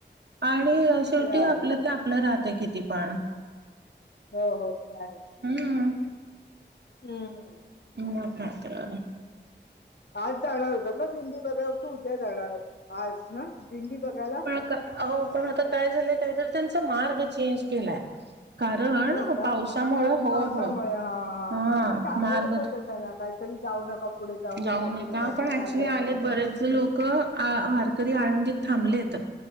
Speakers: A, on the right (about 65°); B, on the left (about 65°).
A: आणि शेवटी
B: ते आहे
A: आपलं आपलं राहतं किती पण
B: हो हो ते आहेच.
A: हम्म.
B: हम्म हम्म.
A: म काय आता
B: आज जाणार होता ना दिल्ली बघा तू उद्या जाणार आज ना दीडी बघायला
A: अ हो पण आता काय झालंय काहीतरी त्यांचा मार्ग चेंज केलाय कारण हा
B: हो
A: ना
B: का
A: पावसामुळे
B: ह
A: होय
B: पावसामुळे
A: होय
B: हा
A: हा
B: ते सांगतच
A: मार्ग
B: होते त्यांना काहीतरी जाऊ नका पुढे
A: जाऊ नका
B: पुढे काहीतरी
A: पण
B: चाललं
A: ऍक्च्युली
B: होतं
A: आलेत
B: हम्म
A: बरेच लोकं आ वारकरी आळंदीत थांबलेत.